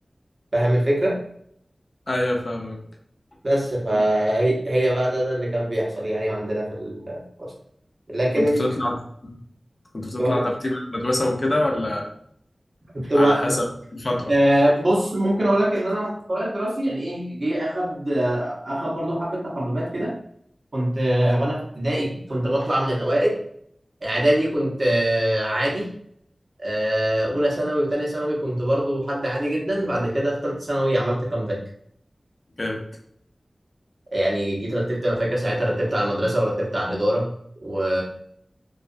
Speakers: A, on the right (about 55°); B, on the left (about 55°).
A: فاهم الفكره
B: ايوه فاهمك
A: بس فهي
B: ك-
A: هي بقى ده ده اللي كان بيحصل يعني عندنا في ال- في الفصل لكن
B: كنت بتطلع كنت بتطلع
A: كنت
B: ترتيب المدرسة وكده ولا
A: كنت بقى-
B: على حسب الفترة
A: آه، بص ممكن اقول لك ان انا مستواي الدراسي يعني ايه جه اخد آه، اخد برضو حبه تقلبات كده كنت آه، وانا في ابتدائي كنت بطلع من الاوائل اعدادي كنت آه، عادي آه، اولى ثانوي وثانيه ثانوي كنت برضو حد عادي جدا بعد كده في ثالثه ثانوي عملت كامباك
B: جامد
A: يعني جيت رتبت انا فاكر ساعتها رتبت على المدرسه ورتبت على الاداره و